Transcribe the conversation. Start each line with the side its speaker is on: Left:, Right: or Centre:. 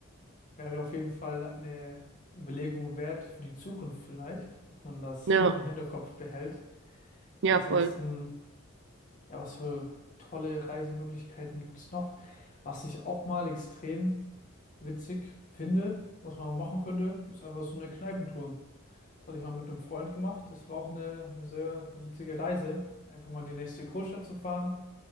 Left: Wäre auf jeden Fall eine Überlegung wert für die Zukunft vielleicht, dass man das
Right: ja,
Left: auch im Hinterkopf behält.
Right: ja,
Left: Ansonsten,
Right: voll.
Left: ja, was für tolle Reisemöglichkeiten gibt es noch? Was ich auch mal extrem witzig finde, was man mal machen könnte, ist einfach so eine Kneipentour. Das hatte ich mal mit einem Freund gemacht. Das war auch eine sehr witzige Reise. Einfach mal in die nächste Großstadt zu fahren